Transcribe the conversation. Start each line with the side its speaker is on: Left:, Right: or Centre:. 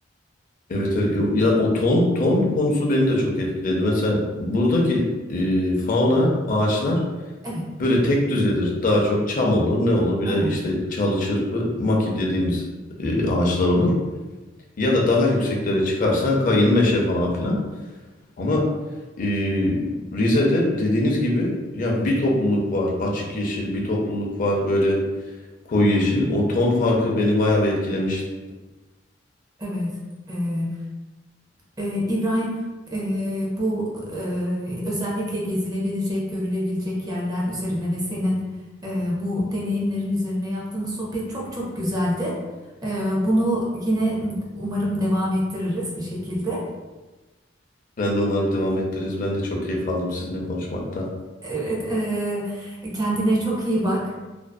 Left: Evet evet ya o ton ton konusu beni de çok etkiledi. Mesela buradaki e, fauna ağaçlar
Right: evet
Left: böyle tek düzedir. Daha çok çam olur ne olur bir
Right: Aha.
Left: de işte çalı çırpı maki dediğimiz e, ağaçlar olur. Ya da daha yükseklere çıkarsan kayın meşe falan filan. Ama e, Rize'de dediğiniz gibi ya bir topluluk var açık yeşil bir topluluk var böyle koyu yeşil. O ton farkı beni bayağı bir etkilemişti.
Right: evet e, Ee, İbrahim, e, bu e, özellikle gezilebilecek, görülebilecek yerler üzerine ve senin e, bu deneyimlerin üzerine yaptığımız sohbet çok çok güzeldi. E, bunu yine umarım devam ettiririz bir şekilde.
Left: Ben de umarım devam ettiririz. Ben de çok keyif aldım sizinle konuşmaktan.
Right: Evet, e, kendine çok iyi bak.